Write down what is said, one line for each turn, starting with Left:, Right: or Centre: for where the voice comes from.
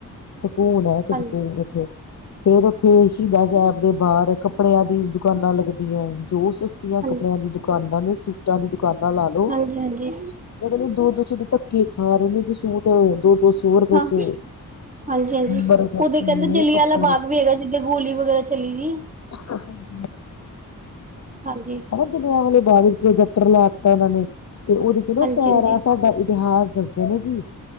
Left: ਸਕੂਨ ਹੈ ਇੱਕ
Right: ਹਾਂਜੀ
Left: ਸਕੂਨ
Right: ਹਾਂਜੀ
Left: ਇਥੇ। ਫੇਰ ਉੱਥੇ ਸ਼ਹੀਦਾਂ ਸਾਹਿਬ ਦੇ ਬਾਹਰ ਕੱਪੜਿਆਂ ਦੀ ਦੁਕਾਨਾਂ ਲੱਗਦੀਆਂ ਹੈ ਜੋ ਸਸਤੀਆਂ
Right: ਹਾਂਜੀ
Left: ਕੱਪੜਿਆਂ ਦੀ ਦੁਕਾਨਾਂ ਨੇ ਸੂਟਾਂ ਦੀ ਦੁਕਾਨਾਂ ਲਾ ਲੋ,
Right: ਹਾਂਜੀ-ਹਾਂਜੀ।
Left: ਮੈਂ ਕਹਣੀ ਆਂ ਦੋ ਦੋ ਸੋ ਦੇ ਧੱਕੇ ਖਾ ਰਹੇ ਨੇ ਸੂਟ ਦੋ ਦੋ ਸੋ ਰੂਪੇ
Right: ਹਾਂ
Left: ਚ।
Right: ਹਾਂਜੀ ਹਾਂਜੀ
Left: ਅੰਬਰਸਰ
Right: ਉਥੇ
Left: ਇੰਨੇ
Right: ਕਹਿੰਦੇ ਜਲੀਆਂ
Left: ਕੱਪੜੇ
Right: ਬਾਗ ਵੀ ਹੈਗਾ ਜਿੱਦਾਂ ਗੋਲੀ ਵਗੈਰਾ ਚਲੀ ਸੀ।
Left: <unintelligible>
Right: ਹਾਂਜੀ
Left: ਜਲੀਆਂ ਵਾਲੇ ਬਾਗ ਵਿੱਚ ਪ੍ਰੋਜੈਕਟਰ ਲਾ ਦਿੱਤਾ ਉਹਨਾਂ ਨੇ। ਤੇ ਓਹਦੇ ਚ ਨਾ
Right: ਹਾਂਜੀ
Left: ਸਾਰਾ
Right: ਹਾਂਜੀ
Left: ਤੁਵਾਡਾ ਇਤਿਹਾਸ ਦੱਸਦੇ ਨੇ ਜੀ।